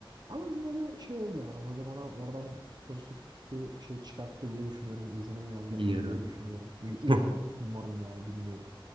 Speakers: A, on the right; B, on the right.
A: Ama yine de şey oldu yani hoca bana oradan pozitif bir şey çıkarttı diye düşünüyorum. İzlenim uyandırdım
B: İyi ya.
A: diye düşünüyorum. Bir umarım.
B: <laughs>
A: Umarım yani bilmiyorum.